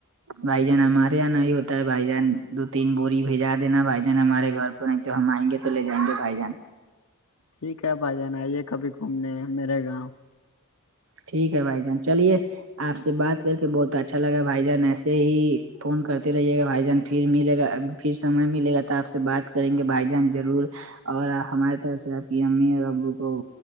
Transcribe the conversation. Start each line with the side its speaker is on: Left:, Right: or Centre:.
Right: بھائی جان ہمارے یہاں نہیں ہوتا ہے بھائی جان دو تین بوری بھیجا دینا بھائی جان ہمارے گھر تو نہیں تو ہم آئ گے تو لے جائیں گے بھائی جان
Left: ٹھیک ہے اب آ جانا آئیے کبھی گھومنے میرے گاؤں
Right: ٹھیک ہے بھائی جان چلیے آپ سے بات کر کے بہت اچھا لگے گا بھائی جان ایسے ہی فون کرتے رہیے گا بھائی جان پھر ملے گا پھر سمے ملے گا تو آپ سے بات کریں گے بھائی جان ضرور اور ہمارے طرف سے امی اور ابو کو